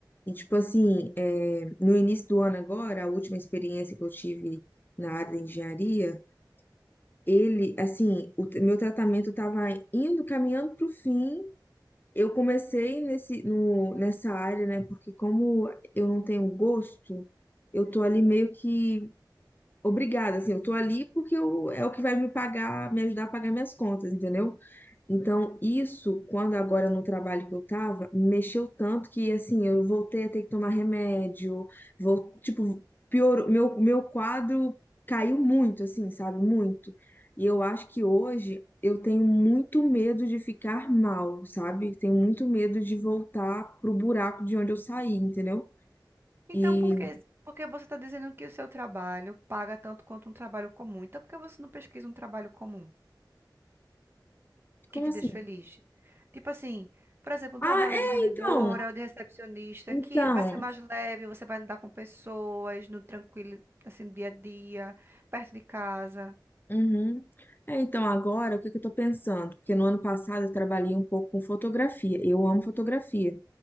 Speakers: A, on the left; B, on the right.
A: E, tipo, assim, é, no início do ano agora, a última experiência que eu tive na área da engenharia, ele, assim, o t- meu tratamento tava indo, caminhando pro fim. Eu comecei nesse, no, nessa área, né? Porque como eu não tenho gosto, eu tô ali meio que obrigada, assim, eu tô ali porque eu, é o que vai me pagar, me ajudar a pagar minhas contas, entendeu? Então, isso, quando agora no trabalho que eu tava, mexeu tanto que, assim, eu voltei a ter que tomar remédio, vou, tipo, piorou, meu, meu quadro caiu muito, assim, sabe? Muito. E eu acho que hoje eu tenho muito medo de ficar mal, sabe? Tenho muito medo de voltar pro buraco de onde eu saí, entendeu?
B: Então,
A: E,
B: por que, por que você está dizendo que o seu trabalho paga tanto quanto um trabalho comum? Então, por que você não pesquisa um trabalho comum?
A: como
B: que te
A: assim?
B: deixa feliz. Tipo assim, por exemplo, um
A: Ah,
B: trabalho
A: é,
B: de vendedora
A: então,
B: ou de recepcionista
A: então.
B: que vai ser mais leve, você vai lidar com pessoas no tranquilo, assim, no dia a dia, perto de casa.
A: Uhum. É, então, agora, o que que eu tô pensando? Porque no ano passado eu trabalhei um pouco com fotografia. Eu amo fotografia.